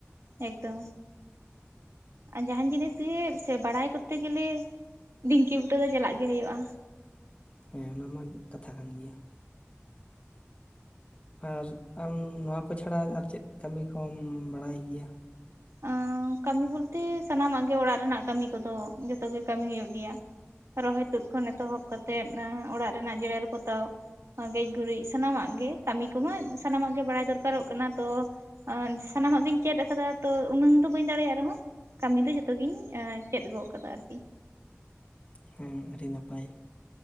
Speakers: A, on the right; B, on the left.
A: ᱮᱠᱫᱚᱢ ᱟᱡ ᱡᱟᱦᱟᱱ ᱡᱤᱱᱤᱥ ᱜᱮ ᱥᱮ ᱵᱟᱲᱟᱭ ᱠᱚᱨᱛᱮ ᱜᱮᱞᱮ ᱰᱷᱤᱝᱠᱤ ᱵᱩᱴᱟᱹ ᱫᱚ ᱪᱟᱞᱟᱜ ᱜᱮ ᱦᱩᱭᱩᱜᱼᱟ
B: ᱦᱮᱸ ᱚᱱᱟ ᱢᱟ ᱠᱟᱛᱷᱟ ᱠᱟᱱ ᱜᱮᱭᱟ᱾ ᱟᱨ ᱟᱢ ᱱᱚᱣᱟ ᱠᱚ ᱪᱷᱟᱲᱟ ᱟᱨ ᱪᱮᱫ ᱠᱟᱹᱢᱤ ᱠᱚᱢ ᱵᱟᱲᱟᱭ ᱜᱮᱭᱟ᱾
A: ᱟᱶ ᱠᱟᱹᱢᱤ ᱵᱚᱞᱛᱮ ᱥᱟᱱᱟᱢᱟᱜ ᱜᱮ ᱚᱲᱟᱜ ᱨᱮᱱᱟᱜ ᱠᱟᱹᱢᱤ ᱠᱚᱫᱚ ᱡᱚᱛᱚ ᱜᱮ ᱠᱟᱹᱢᱤ ᱦᱩᱭᱩᱜ ᱜᱮᱭᱟ ᱨᱚᱦᱚᱭ ᱛᱩᱫ ᱠᱷᱚᱱ ᱮᱛᱚᱦᱚᱵ ᱠᱟᱛᱮᱫ ᱚᱲᱟᱜ ᱨᱮᱱᱟᱜ ᱡᱮᱨᱮᱲ ᱯᱚᱛᱟᱣ ᱜᱮᱡᱽ ᱜᱩᱨᱤᱡᱽ ᱥᱟᱱᱟᱢᱟᱜ ᱜᱮ ᱠᱟᱹᱢᱤ ᱠᱚᱢᱟ ᱥᱟᱱᱟᱢᱟᱜ ᱜᱮ ᱵᱟᱲᱟᱭ ᱫᱚᱨᱠᱟᱨᱚᱜ ᱠᱟᱱᱟ ᱛᱚ᱾ ᱟᱨ ᱥᱟᱱᱟᱢᱟᱜ ᱜᱤᱧ ᱪᱮᱫ ᱟᱠᱟᱫᱟ᱾ ᱛᱚ ᱩᱱᱟᱹᱝ ᱫᱚ ᱵᱟᱹᱧ ᱫᱟᱲᱮᱭᱟᱜ ᱨᱮᱦᱚᱸ ᱠᱟᱹᱢᱤ ᱫᱚ ᱡᱷᱚᱛᱚᱜᱤᱧ ᱪᱮᱫ ᱜᱚᱜ ᱟᱠᱟᱫᱟ ᱟᱨᱠᱤ᱾
B: ᱦᱮᱸ ᱟᱹᱰᱤ ᱱᱟᱯᱟᱭ